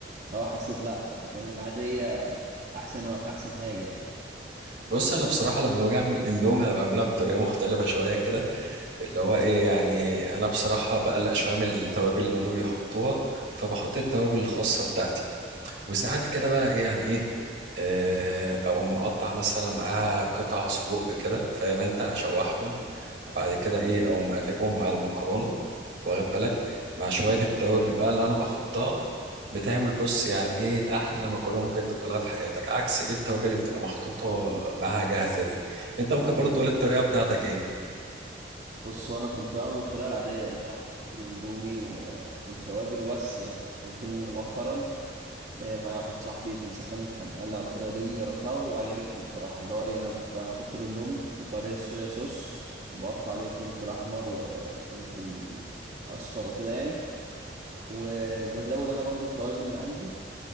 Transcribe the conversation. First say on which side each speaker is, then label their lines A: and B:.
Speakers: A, on the right; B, on the right.
A: لو حسيت لا يعني بيعمل العاديه احسن احسن حاجه يعني
B: بص انا بصراحه لما باجي اعمل اندومي انا بعملها بطريقه مختلفه شويه كده اللي هو ايه يعني انا بصراحة بقلق شوية من التوابل اللي هما بيحطوها فبحط التوابل الخاصة بتاعتي وساعات كده بقى ايه يعني ايه آه، او مقطع مثلا معاها قطع سجق كده فاهم انت اشوحهم وبعد كده ايه او مقلبهم مع المكرونة واخد بالك مع شوية التوابل بقى اللي انا بحطها بتعمل بص يعني ايه احلى مكرونه ممكن تاكلها في حياتك عكس ايه التوابل اللي بتبقى محطوطه معاها جاهزه دي انت ممكن
A: ايوه
B: برضو تقول الطريقه بتاعتك ايه
A: بص هو انا كنت بعمل بالطريقه العاديه اللي هو الاندومي و... والتوابل وبس يعني لكن مؤخرا آه، مع واحد صاحبي في السكن كان قال لي على الطريقه دي وجربتها وعجبتني بصراحه اللي هو ايه انا بحط الاندومي بحط عليه الصويا صوص وبقطع عليه فلفل احمر وفلفل اصفر وكده يعني وبزود انا برضو التوابل من عندي